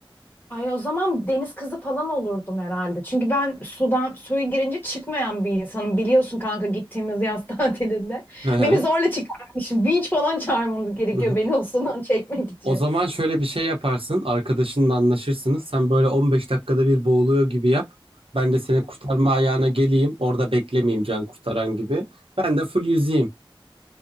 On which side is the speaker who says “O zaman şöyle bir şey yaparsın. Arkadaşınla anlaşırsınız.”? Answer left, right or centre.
Right